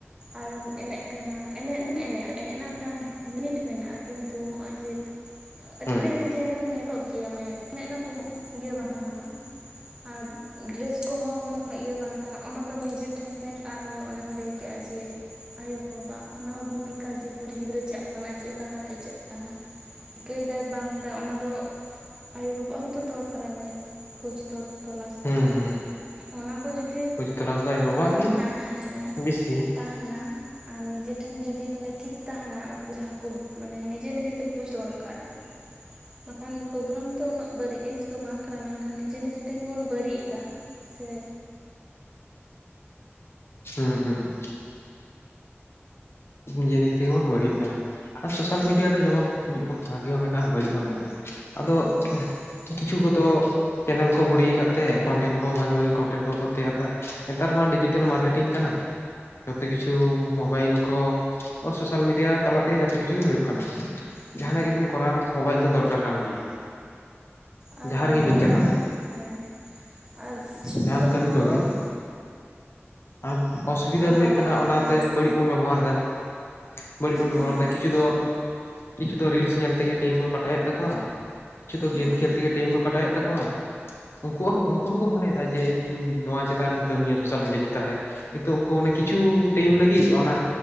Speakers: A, on the right; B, on the left.
A: ᱟᱨᱮᱢ ᱮᱱᱮᱡ ᱠᱟᱱᱟ ᱮᱱᱮᱡ ᱢᱟ ᱮᱱᱮᱡᱼᱟ ᱮᱱᱮᱡ ᱨᱮᱱᱟᱜ ᱢᱤᱫᱴᱟᱝ ᱞᱤᱢᱤᱴ ᱢᱮᱱᱟᱜᱼᱟ ᱠᱤᱱᱛᱩ ᱦᱚᱸᱜᱼᱚᱭ ᱡᱮ, ᱟᱹᱰᱤ
B: ᱦᱳᱭ
A: ᱟᱹᱰᱤ ᱡᱟᱭᱜᱟ ᱨᱮ ᱧᱮᱞᱚᱜ ᱜᱮᱭᱟ ᱢᱮ ᱮᱱᱮᱡ ᱨᱮᱱᱟᱜ ᱠᱳᱱᱳ ᱤᱭᱟᱹ ᱵᱟᱝ ᱛᱟᱦᱮᱱᱟ᱾ ᱟᱨ ᱰᱨᱮᱥ ᱠᱚᱦᱚᱸ ᱢᱟᱱᱮ ᱠᱚ ᱤᱭᱟᱹ ᱵᱟᱝ ᱛᱟᱦᱮᱸ ᱚᱱᱟ ᱫᱚ ᱱᱤᱡᱮ ᱴᱷᱮᱱ ᱯᱷᱮᱴ ᱟᱨ ᱚᱱᱮᱢ ᱞᱮᱭ ᱠᱮᱜᱼᱟ ᱡᱮ, ᱟᱭᱳᱼᱵᱟᱵᱟ ᱚᱱᱟ ᱦᱚᱸ ᱵᱷᱩᱢᱤᱠᱟ ᱡᱮ ᱠᱩᱲᱤ ᱜᱤᱫᱽᱨᱟᱹ ᱪᱟᱜ ᱠᱟᱱᱟᱭ ᱪᱮᱫ ᱞᱮᱠᱟ ᱠᱟᱛᱮᱜ ᱪᱟᱜ ᱠᱟᱱᱟ᱾ ᱪᱤᱠᱟᱹᱭ ᱫᱟᱭ ᱵᱟᱝ ᱫᱟᱭ ᱚᱱᱟ ᱫᱚ, ᱟᱭᱳᱼᱵᱟᱵᱟᱣᱟᱜ ᱦᱚᱸᱛᱚ ᱫᱚᱨᱠᱟᱨᱟ ᱧᱮᱞ ᱠᱷᱚᱡᱽ ᱫᱚ ᱛᱚᱞᱟᱥ
B: ᱦᱩᱸ
A: ᱫᱚ᱾
B: ᱦᱩᱸ
A: ᱚᱱᱟ ᱠᱚ ᱡᱩᱫᱤ
B: ᱠᱷᱳᱡᱽ ᱛᱚᱞᱟᱥ ᱫᱚ ᱟᱡ ᱵᱟᱵᱟᱣᱟᱜ
A: ᱛᱟᱦᱮᱱᱟ
B: ᱜᱮ
A: ᱦᱮᱸ
B: ᱵᱮᱥᱤ
A: ᱛᱟᱦᱮᱱᱟ᱾ ᱟᱨ ᱱᱤᱡᱮ ᱴᱷᱮᱱ ᱡᱚᱫᱤ ᱢᱟᱱᱮ ᱴᱷᱤᱠ ᱛᱟᱦᱮᱱᱟ ᱩᱱᱠᱩ ᱡᱟᱦᱟᱸ ᱠᱚ ᱢᱟᱱᱮ ᱱᱤᱡᱮ ᱱᱤᱡᱮ ᱛᱮ ᱵᱩᱡ ᱫᱚᱨᱠᱟᱨᱟ᱾ ᱵᱟᱠᱷᱟᱱ, ᱯᱨᱳᱜᱨᱟᱢ ᱛᱚ ᱩᱱᱟᱹᱜ ᱵᱟᱹᱲᱤᱡ ᱡᱤᱱᱤᱥ ᱫᱚ ᱵᱟᱝ ᱠᱟᱱᱟ ᱢᱮᱱᱠᱷᱟᱱ ᱱᱤᱡᱮ ᱱᱤᱡᱮ ᱛᱮᱜᱮ ᱵᱚᱱ ᱵᱟᱹᱲᱤᱡ ᱮᱫᱟ ᱥᱮ?
B: ᱦᱩᱸ ᱦᱩᱸ᱾ ᱱᱤᱡᱮ ᱱᱤᱡᱮ ᱛᱮᱜᱮ ᱵᱚᱱ ᱵᱟᱹᱲᱤᱡ ᱫᱟ ᱟᱨ ᱥᱳᱥᱟᱞ
A: ᱦᱩᱸ
B: ᱢᱤᱰᱤᱭᱟ ᱫᱚ ᱡᱮᱢᱚᱱ ᱢᱤᱫ ᱯᱚᱠᱷᱮ ᱵᱷᱟᱜᱮ ᱦᱚᱸ ᱢᱮᱱᱟᱜᱼᱟ ᱵᱟᱹᱲᱤᱡ ᱦᱚᱸ ᱢᱮᱱᱟᱜᱼᱟ᱾ ᱟᱫᱚ
A: ᱦᱩᱸ
B: ᱠᱤᱪᱷᱩ ᱠᱚᱫᱚ, ᱪᱮᱱᱮᱞ ᱠᱚ ᱵᱷᱩᱲᱤ ᱠᱟᱫ ᱛᱮ ᱠᱚᱱᱴᱮᱱᱴ ᱠᱚ ᱵᱷᱟᱜᱤ ᱵᱷᱟᱜᱤ ᱠᱚᱱᱴᱮᱱᱴ ᱠᱚ ᱛᱮᱭᱟᱨ ᱮᱫᱟ ᱱᱮᱛᱟᱨ ᱢᱟ ᱰᱤᱡᱤᱴᱮᱞ ᱢᱟᱨᱠᱮᱴᱤᱝ ᱠᱟᱱᱟ᱾ ᱡᱚᱛᱚ ᱠᱤᱪᱷᱩ ᱢᱳᱵᱟᱭᱤᱞ ᱠᱚ, ᱥᱳᱥᱟᱞ ᱢᱤᱰᱤᱭᱟ ᱛᱟᱞᱟ ᱛᱮᱜᱮ ᱡᱚᱛᱚ ᱠᱤᱪᱷᱩ ᱜᱮ ᱦᱩᱭᱩᱜ ᱠᱟᱱᱟ᱾
A: ᱦᱩᱸ
B: ᱡᱟᱦᱟᱱᱟᱜ ᱜᱮᱵᱤᱱ ᱠᱚᱨᱟᱣ, ᱢᱳᱵᱟᱭᱤᱞ ᱫᱚ ᱫᱚᱨᱠᱟᱨ ᱠᱟᱱ ᱜᱮᱭᱟ᱾
A: ᱟᱨ
B: ᱡᱟᱦᱟᱸ
A: ᱵᱟᱨ
B: ᱨᱮᱜᱮ ᱵᱤᱱ
A: ᱦᱚ
B: ᱪᱟᱞᱟᱜᱼᱟ
A: ᱡᱟᱦᱟᱱ ᱦᱮᱸ ᱟᱨ ᱥᱩᱵᱤᱫᱷᱟ
B: ᱡᱟᱦᱟᱱ ᱠᱟᱹᱢᱤ
A: ᱦᱚᱸ
B: ᱠᱚᱜᱮ
A: ᱾
B: ᱟᱨ ᱚᱥᱩᱵᱤᱫᱷᱟ ᱫᱚ
A: ᱵᱟᱰᱟᱭᱟ
B: ᱦᱳᱭᱳᱜ ᱠᱟᱱᱟ
A: ᱦᱟᱸᱜ
B: ᱚᱱᱟ ᱛᱮ ᱵᱟᱹᱲᱤᱡ ᱵᱚᱱ ᱵᱮᱵᱚᱦᱟᱨ ᱮᱫᱟ ᱾ ᱵᱟᱹᱲᱤᱡ ᱵᱚᱱ ᱵᱮᱵᱚᱦᱟᱨ
A: ᱦᱮᱸ
B: ᱮᱫᱟ ᱠᱤᱪᱷᱩ ᱫᱚ ᱠᱤᱪᱷᱩ ᱫᱚ ᱨᱤᱞᱥ ᱧᱮᱞ ᱛᱮᱜᱮ ᱴᱟᱭᱤᱢ ᱠᱚ ᱯᱟᱴᱟᱣᱮᱫ ᱛᱟᱠᱚᱣᱟ ᱾ ᱠᱤᱪᱷᱩ ᱫᱚ
A: ᱦᱩᱸ
B: ᱜᱮᱢ ᱠᱷᱮᱞ ᱛᱮᱜᱮ ᱴᱟᱭᱤᱢ ᱠᱚ ᱠᱟᱴᱟᱣᱮᱫ ᱛᱟᱠᱚᱣᱟ ᱾ ᱩᱱᱠᱩ ᱩᱱᱠᱩ ᱦᱚᱸᱠᱚ ᱢᱚᱱᱮᱫᱟ ᱡᱮ ᱤᱧ ᱱᱚᱣᱟ ᱪᱮᱛᱟᱱ ᱨᱤᱧ ᱠᱟᱹᱢᱤᱭᱟ ᱥᱳᱥᱟᱞ ᱢᱤᱰᱤᱭᱟ ᱪᱮ ᱛᱟᱱ ᱨᱮ ᱠᱤᱱᱛᱩ ᱩᱱᱠᱩ ᱠᱤᱪᱷᱩ ᱴᱟᱭᱤᱢ ᱞᱟᱹᱜᱤᱫ ᱚᱱᱟ